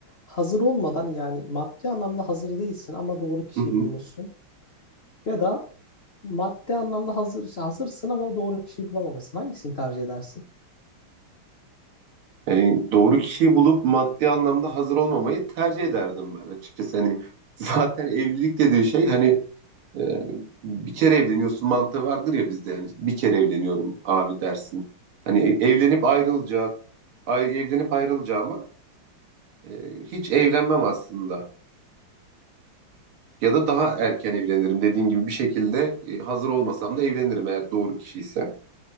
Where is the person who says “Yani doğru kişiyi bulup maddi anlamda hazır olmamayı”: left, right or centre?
Right